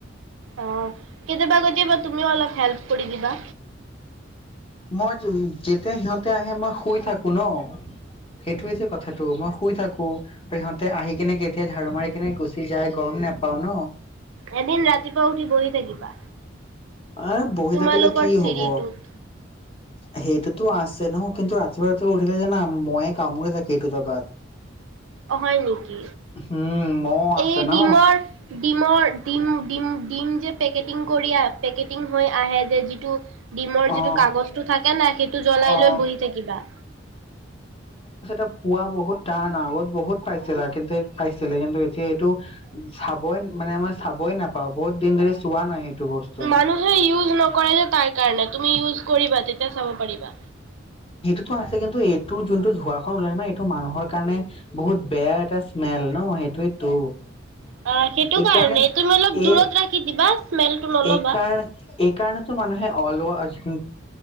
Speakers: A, on the right; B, on the left.
A: অ কেতিয়াবা কেতিয়াবা তুমিও অলপ হেল্প কৰি দিবা।
B: মই যেতিয়া সিহঁতে আহে মই শুই থাকো ন সেইটোয়েই যে কথাটো মই শুই থাকো সিহঁতে আহি কিনে কেতিয়া ঝাৰু মাৰি কিনে গুচি যায় গম নোপাও ন।
A: এদিন ৰাতিপুৱা উঠি বহি থাকিবা
B: এ বহি
A: তোমালোকৰ
B: থাকিলে কি
A: চিৰিটোত
B: হব সেইটো। তো আছে নহ কিন্তু ৰাতি ব ৰা উঠিল যানা মহে কামুৰে থাকে এইটো জগাত
A: হয় নেকি
B: উম মহ আছে
A: এই
B: ন
A: ডিমৰ ডিমৰ ডিম ডিম ডিম যে পেকেটিং কৰি আ পেকেটিং হৈ আহে যে যিটো ডিমৰ
B: অ
A: যিটো কাগজটো থাকে না সেইটো জ্বলাই
B: অ
A: লৈ বহি থাকিবা।
B: পুৱো বহুত টান ন আগত বহুত পাইছিল আৰু কিন্তু পাইছিলে কিন্তু এতিয়া এইটো চাবই মানে মই চাবই নাপাওঁ বহুত দিন ধৰি চোৱা নাই সেইটো। বস্তু।
A: মানুহে ইউজ নকৰে যে তাৰ কাৰণে তুমি ইউজ কৰিবা। তেতিয়া চাব পাৰিবা।
B: টো আছে কিন্তু এইটো যোনটো ধোৱা খন ওলাই ন এইটো মানুহৰ কাৰণে বহুত বেয়া এটা মেল ন সেইটোৱেইতো
A: অ সেইটো
B: এইকাৰণে
A: কাৰণে তুমি অলপ দূৰত
B: এই
A: ৰাখি দিবা স্মেলটো নল'বা।
B: এই কাৰণ এই কাৰণেতো মানুহে অলৱ আজিংক